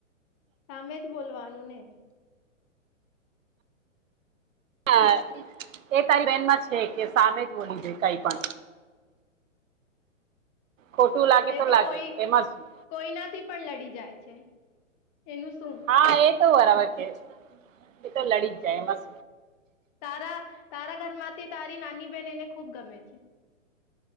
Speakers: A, on the left; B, on the right.
A: સામે જ બોલવાનું ને.
B: હા એ તારી બેહેનમાં છે કે સામે જ બોલી જોઈ કઈ પણ ખોટું લાગે
A: એ તો
B: લાગે
A: કોઈ
B: એમાં શું
A: કોઈનાથી પણ લડી જાય છે. એનું શું.
B: હા એ બરાબર કે એ તો લડી જ જાય બસ.
A: તારા તારા ઘર માંથી તારી નાની બેહેન એને ખુબ ગમે છે.